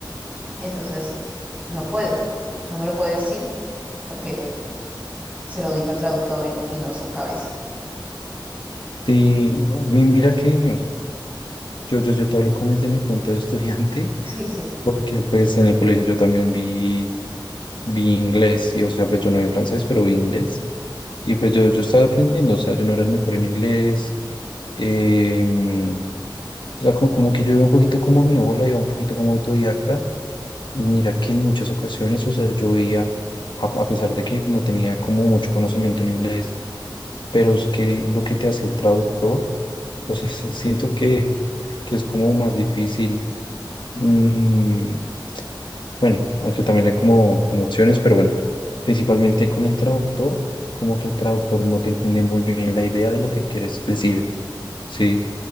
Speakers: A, on the right; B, on the left.
A: entonces no puede, no me lo puede decir porque se lo dijo el traductor y, y no su cabeza.
B: Sí, mi- mira que yo, yo, yo te hablo como desde mi punto de estudiante, <laughs>
A: Sí, sí,
B: porque pues en el colegio yo también vi, vi inglés, y o sea, pues yo no vi francés, pero vi inglés. Y pues yo, yo estaba aprendiendo, o sea, yo no era el mejor en inglés, Em, o sea, co- como, que yo iba un poquito como mi ola, iba un poquito como autodidacta. Mira que en muchas ocasiones, o sea, yo veía, a, a pesar de que no tenía como mucho conocimiento en inglés, pero es que lo que te hace el traductor, o sea, <laughs> siento que, que es como más difícil. mm, bueno, aunque también hay como, como opciones, pero bueno, principalmente con el traductor, como que el traductor no te entiende muy bien la idea de lo que quieres decir, ¿sí?